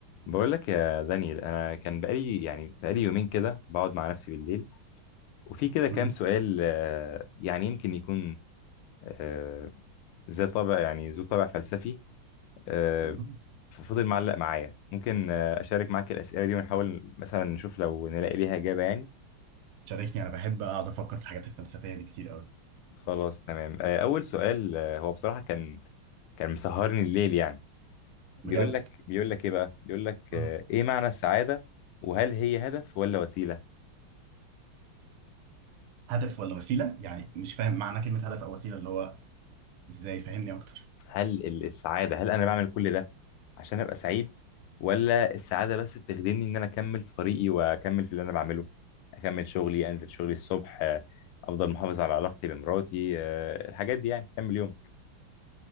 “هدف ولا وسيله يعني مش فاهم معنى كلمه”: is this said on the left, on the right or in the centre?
Right